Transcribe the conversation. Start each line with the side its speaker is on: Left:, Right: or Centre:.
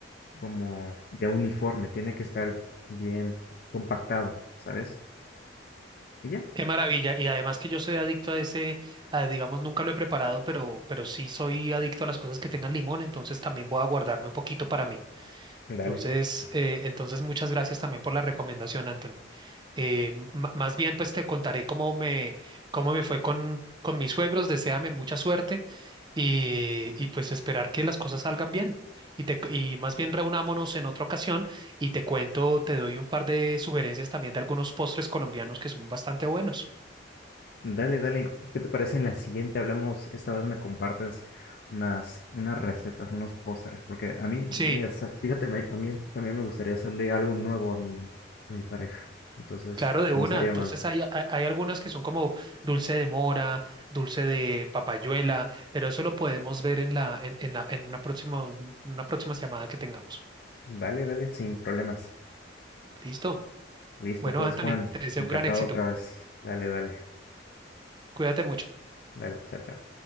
Left: como ya uniforme, tiene que estar bien compactado, ¿sabes? Y ya.
Right: Qué maravilla. Y además que yo soy adicto a ese, a, digamos, nunca lo he preparado, pero, pero sí soy adicto a las cosas que tengan limón, entonces también voy a guardarme un poquito para mí.
Left: Dale.
Right: Entonces, eh, entonces muchas gracias también por la recomendación, Anthony. Eh, m- m- más bien, pues te contaré cómo me, cómo me fue con, con mis suegros. Deséame mucha suerte y, y pues esperar que las cosas salgan bien. Y, te, y más bien reunámonos en otra ocasión y te cuento, te doy un par de sugerencias también de algunos postres colombianos que son bastante buenos.
Left: Dale, dale, ¿qué qué te parece en la siguiente? Hablamos, esta vez me compartes unas, unas recetas, unos pósteres, porque a mí, me-
Right: Sí,
Left: o sea, fíjate, me- a mí también me gustaría hacerle algo nuevo a mi, a mi pareja, entonces
Right: claro, de
Left: no
Right: una.
Left: estaría
Right: Entonces
Left: mal.
Right: hay, hay, hay algunas que son como dulce de mora, dulce de papayuela, pero eso lo podemos ver en la, en, en la, en una próxima, un- una próxima llamada que tengamos.
Left: Dale, dale, sin problemas.
Right: ¿Listo?
Left: Listo,
Right: Bueno,
Left: pues
Right: Anthony,
Left: Juan,
Right: te deseo
Left: encantado
Right: un gran éxito.
Left: otra vez. Dale, dale,
Right: Cuídate mucho.
Left: dale, chao, chao.